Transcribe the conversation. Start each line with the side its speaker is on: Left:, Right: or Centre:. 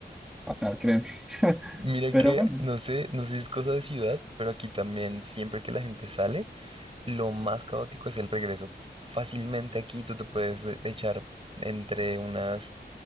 Centre: fatal, créeme. <laughs>
Right: Mira
Centre: Pero
Right: que,
Centre: bueno,
Right: no sé, no sé si es cosa de ciudad, pero aquí también siempre que la gente sale, lo más caótico es el regreso. Fácilmente aquí tú te puedes e- echar entre unas